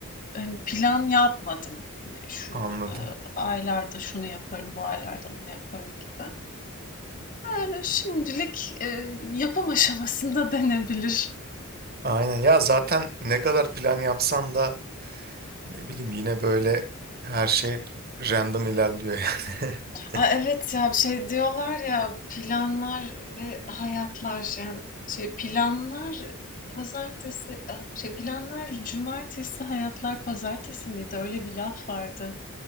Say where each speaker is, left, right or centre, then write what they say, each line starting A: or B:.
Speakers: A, on the left; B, on the right.
A: hani, plan yapmadım. Hani, şu,
B: Anladım.
A: ııı, aylarda şunu yaparım, bu aylarda bunu yaparım gibi. Öyle şimdilik, eee, yapım aşamasında <laughs> denebilir.
B: Aynen ya zaten ne kadar plan yapsan da ne bileyim yine böyle her şey random ilerliyor yani. <laughs>
A: Ay, evet ya, şey diyorlar ya, planlar ve hayatlar, yani, şey, planlar pazartesi, ah, şey, planlar cumartesi, hayatlar pazartesi miydi? Öyle bir laf vardı.